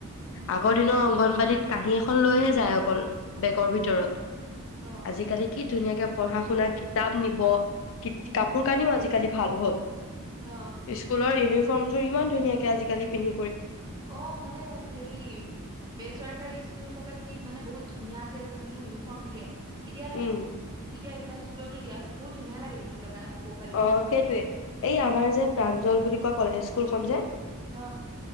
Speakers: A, on the right; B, on the left.
A: উম
B: আগৰ দিনৰ অংগনবাদী কাঁহী এখন লৈহে যায় অকল বেগৰ
A: উম,
B: ভিতৰত
A: অ
B: আজিকালি কি ধুনীয়াকে পঢ়া শুনা কিতাপ নিব
A: উম
B: কাপোৰ কানিও আজিকালি ভাল হ'ল
A: অ
B: স্কুলৰ ইউনি ফম জৰিমান আজ কালি পিনি
A: অ মানে হে বেচৰকাৰী স্কুল বিলাকত কি মানে বহুত ধুনীয়াকে যোন ইউ ফম দিয়ে এতিয়া এয়া
B: উম,
A: এইবাক স্কুলতো দিয়া হৈছে ধুনীয়া লগে দেখিবলৈ কাৰণে সৰু সৰু পোৱালী
B: অ
A: বিলাকক
B: সেইটয়ে এই আমাৰ যে প্ৰাঞ্জল বুলি কোৱা কলেজ স্কুলখন যে
A: অ